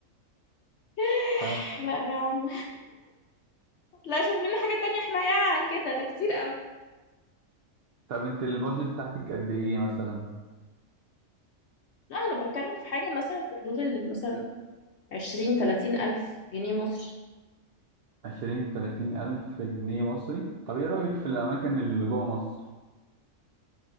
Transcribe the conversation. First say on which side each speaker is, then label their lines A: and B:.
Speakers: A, on the left (about 65°); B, on the right (about 60°).
A: <sighs>
B: ف...
A: لا يا عم لا شوف لنا حاجه تانية حنينه عن كده ده كتير قوي
B: طب انت البادجت بتاعتك قد ايه مثلا
A: لا انا بتكلم في حاجه مثلا في حدود ال- مثلا 20 30 الف جنيه مصر
B: عشرين تلاتين ألف جنيه مصري طب ايه رأيك في الأماكن اللي جوه مصر